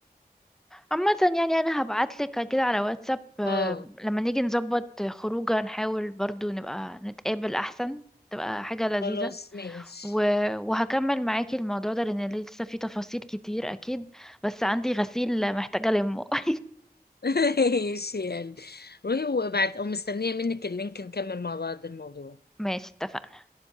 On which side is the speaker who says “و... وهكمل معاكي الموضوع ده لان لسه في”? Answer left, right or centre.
Centre